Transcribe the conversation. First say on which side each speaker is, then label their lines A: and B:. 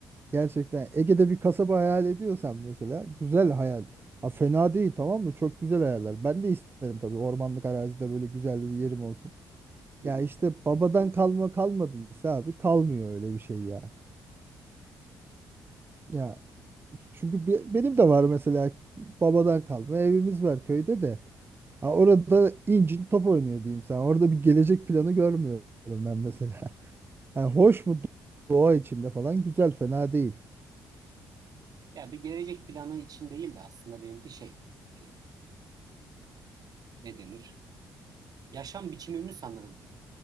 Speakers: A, on the right; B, on the right.
A: gerçekten Ege'de bir kasaba hayal ediyorsan mesela güzel hayal. Ha fena değil tamam mı? Çok güzel hayaller. Ben de isterim tabii ormanlık arazide böyle güzel bir yerim olsun.
B: yani.
A: Ya
B: Hı
A: işte
B: hı.
A: babadan kalma kalmadıysa abi kalmıyor öyle bir şey ya. Ya Çünkü be- benim de var mesela babadan kalma evimiz var köyde de. Ha, orada incin top oynuyor diyeyim sana. Orada bir gelecek planı görmüyorum ben mesela. <laughs> Ha, hoş mu doğa içinde falan güzel fena değil.
B: Ya bir gelecek planı için değil de aslında benimki şey, e, ne denir? Yaşam biçimimi sanırım